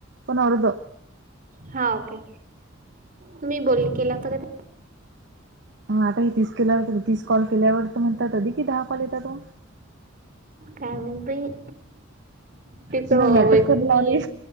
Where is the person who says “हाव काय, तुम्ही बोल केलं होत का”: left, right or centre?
Right